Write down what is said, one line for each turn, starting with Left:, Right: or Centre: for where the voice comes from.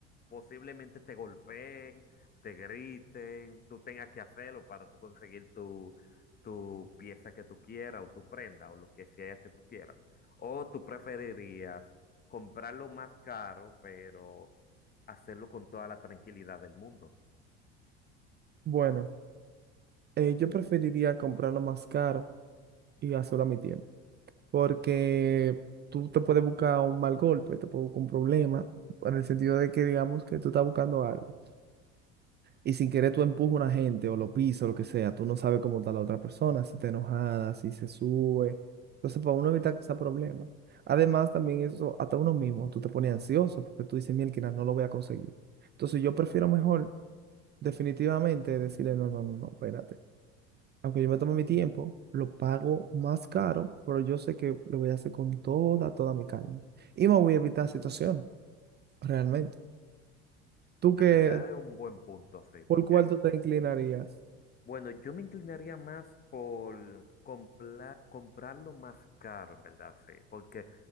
Left: posiblemente te golpeen, te griten, tú tengas que hacerlo para tú conseguir tu, tu pieza que tú quieras o tu prenda o lo que sea que tú quieras. ¿O tú preferirías comprarlo más caro, pero hacerlo con toda la tranquilidad del mundo?
Right: Bueno, eh, yo preferiría comprarlo más caro y hacerlo a mi tiempo. porque tú te puedes buscar un mal golpe, te puedes buscar un problema, en el sentido de que digamos que tú estás buscando algo y sin querer tú empujas a una gente o lo pisas o lo que sea, tú no sabes cómo está la otra persona, si está enojada, si se sube. Entonces, para uno evitar que sea problema. Además, también eso, hasta uno mismo, tú te pones ansioso porque tú dices, mira, no lo voy a conseguir. Entonces, yo prefiero mejor definitivamente decirle, no, no, no, no, espérate aunque yo me tome mi tiempo, lo pago más caro, pero yo sé que lo voy a hacer con toda, toda mi calma. Y me voy a evitar situación, realmente. ¿Tú
Left: En
Right: qué,
Left: verdad es un buen punto, sí,
Right: por
Left: porque,
Right: cuál tú te inclinarías?
Left: bueno, yo me inclinaría más por compla- comprarlo más caro, en verdad, sí, porque